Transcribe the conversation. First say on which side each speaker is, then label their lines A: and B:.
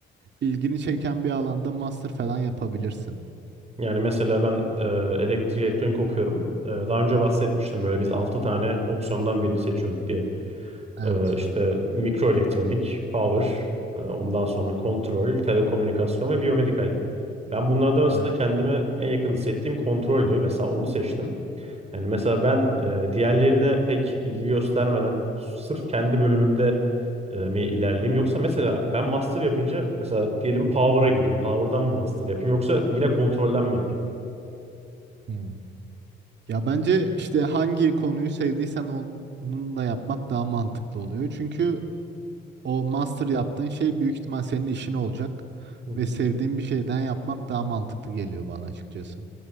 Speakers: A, on the right; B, on the right.
A: ilgini çeken bir alanda master falan yapabilirsin.
B: Yani mesela ben e, elektrik elektronik okuyorum. E, daha önce bahsetmiştim böyle biz 6 tane opsiyondan birini seçiyorduk diye.
A: Evet,
B: E, işte mikro elektronik, power, e, ondan sonra kontrol, telekomünikasyon ve biyomedikal. Ben bunlardan arasında
A: evet.
B: kendime en yakın hissettiğim kontroldü. Mesela onu seçtim. Yani mesela ben e, diğerlerine pek ilgi göstermeden sırf kendi bölümümde e, mi ilerleyeyim yoksa mesela ben master yapınca mesela diyelim power'a gideyim. Power'dan mı master yapayım yoksa yine kontrolden mi yapayım?
A: Hmm. Ya bence işte hangi konuyu sevdiysen onunla yapmak daha mantıklı oluyor. Çünkü O master yaptığın şey büyük ihtimal senin işin olacak
B: Hı hı.
A: ve sevdiğin bir şeyden yapmak daha mantıklı geliyor bana açıkçası.